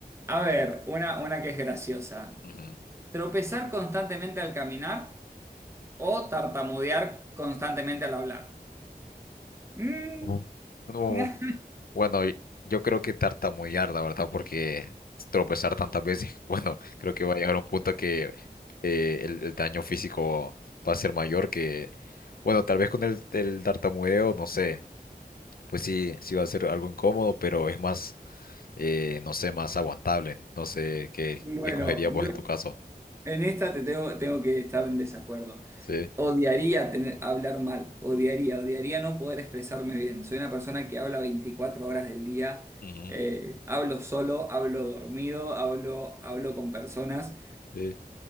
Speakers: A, on the right (about 15°); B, on the left (about 65°).
A: a ver, una, una que es graciosa.
B: Ujú.
A: ¿Tropezar constantemente al caminar o tartamudear constantemente al hablar? Mm.
B: Ujú. No,
A: <laughs>
B: bueno, y- yo creo que tartamudear, la verdad, porque tropezar tantas veces, <laughs> bueno, creo que va a llegar un punto que eh, el, el daño físico va a ser mayor que, bueno, tal vez con el, el tartamudeo, no sé. Pues sí, sí va a ser algo incómodo, pero es más, eh, no sé, más aguantable. No sé qué
A: Bueno,
B: escogerías
A: yo,
B: vos en tu caso.
A: En esta te tengo, tengo que estar en desacuerdo.
B: Sí,
A: Odiaría tener, hablar mal, odiaría, odiaría no poder expresarme bien. Soy una persona que habla 24 horas del día,
B: ujú,
A: eh, hablo solo, hablo dormido, hablo, hablo con personas.
B: Sí,